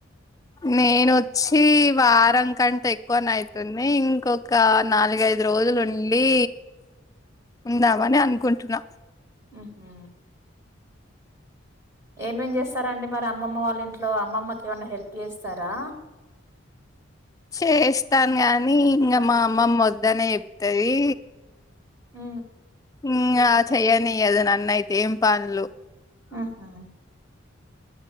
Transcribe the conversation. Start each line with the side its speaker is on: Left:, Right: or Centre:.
Left: నేనొచ్చీ వారం కంటే ఎక్కువనైతుందీ ఇంకొక్కా నాలుగుఐద్ ఐదు రోజులు ఉండీ ఉందామని అనుకుంటున్నా
Right: ఊహ్మూ ఏంమేం చేస్తారండి మరి అప్ అమ్మమ్మ వాళ్ళ ఇంట్లో అమ్మమ్మకి ఏమన్నా హెల్ప్ కి చేస్తారా.
Left: చేస్తాను గానీ ఇంగా మా అమ్మమ్మ వద్దనే చెప్తదీ.
Right: ఊ
Left: ఇంగా చెయ్యనియ్యదు నన్నైతే ఏం పనులు.
Right: ఆహా